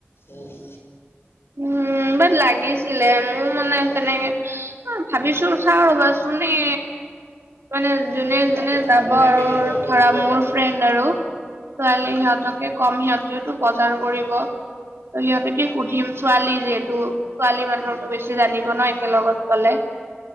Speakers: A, on the left; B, on the right.
A: উম,
B: উম, বাট লাগিছিলে মোৰ মানে তেনেকে অ, ভাবিছো চাও ৰবাচুন এ মানে যোনে-যোনে
A: যিখিনি
B: যাব
A: পাৰো
B: আৰু
A: সেইখিনি মই কৰি
B: ধৰা
A: দিব
B: মোৰ
A: পাৰিম।
B: ফ্ৰেণ্ড আৰু ছোৱালী সিহঁতকে কম সিহঁতিও বজাৰ কৰিব ত' সিহঁতকে সুধিম <unintelligible> যিহেতু ছোৱালী মানুহৰতো বেছি জানিব ন' একেলগত গ'লে।